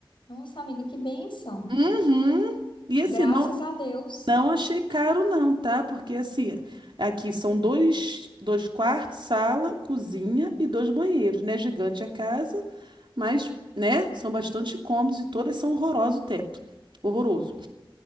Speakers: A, on the left; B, on the right.
A: Nossa, amiga, que bênção.
B: Uhum. E assim,
A: Graças
B: não,
A: a Deus.
B: não achei caro não, tá? Porque assim, aqui são dois, dois quartos, sala, cozinha e dois banheiros, né? Gigante a casa, mas, né, são bastante cômodos e todas são horroroso o teto. Horroroso.